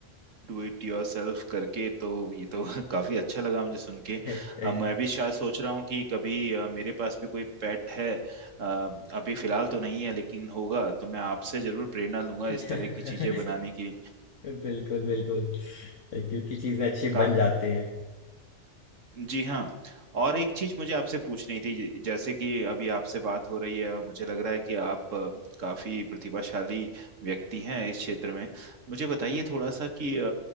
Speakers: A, on the right (about 80°); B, on the left (about 75°).
A: डू इट योरसेल्फ करके तो ये तो <laughs> काफी अच्छा लगा मुझे सुन के
B: <laughs>
A: अ, मैं भी शायद सोच रहा हूँ कि कभी अ, मेरे पास भी कोई पेट है अ, अभी फिलहाल तो नहीं है लेकिन होगा तो मैं आपसे जरूर प्रेरणा लूंगा
B: <laughs>
A: इस तरह की चीजें बनाने की
B: बिल्कुल बिल्कुल क्योंकि चीजें अच्छी
A: का
B: बन जाती हैं
A: जी हाँ और एक चीज मुझे आपसे पूछनी थी ज- जैसे कि अभी आपसे बात हो रही है मुझे लग रहा है कि आप अ, काफी प्रतिभाशाली व्यक्ति हैं इस क्षेत्र में मुझे बताइए थोड़ा सा कि अ,